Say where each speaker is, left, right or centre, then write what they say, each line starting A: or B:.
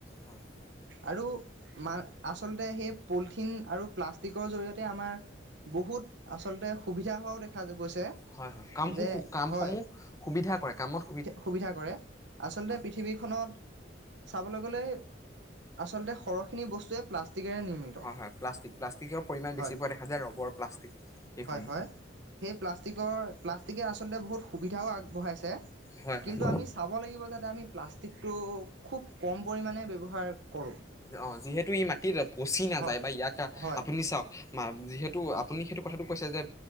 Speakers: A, on the left; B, on the right.
A: হয় হয়।
B: আৰু মা আচলতে সেই পলিথি থিন আৰু প্লাষ্টিকৰ জৰিয়তে আমাৰ বহুত আচলতে সুবিধা হোৱাও দেখা গৈছে
A: হয় হয় কাম
B: যে
A: কামসমূহ
B: হয়
A: সুবিধা কৰে কামত
B: সুবিধা কৰে আচলতে
A: হয়
B: পৃথিৱীখনত চাবলৈ গলে আচলতে সৰহখিনি বস্তুৱে প্লাষ্টিকেৰে নিৰ্মিত
A: হয় হয় প্লাষ্টিক প্লাষ্টিকৰ পৰিমাণ বেছি
B: হয়
A: পোৱা দেখা যায় ৰবৰ প্লাষ্টিক এইসমূহ
B: হয় সেই প্লাষ্টিকৰ প্লাষ্টিকে আছে প্লাষ্টিকে আচলতে বহুত সুবিধাও আগবঢ়াইছে
A: হয়
B: কিন্তু
A: হয়।
B: আমি চাব লাগিব। যাতে আমি প্লাষ্টিক টিক তৌ, খুব কম পৰিাণে ব্যৱহাৰ কৰোঁ।
A: অ যিহেতু ই মাটিত পচি নাযায়
B: হয়,
A: বা ইয়াক
B: হয়
A: আপুনি চাওক মা যিহেতু আপুনি সেইটো কথাটো কৈছে। যে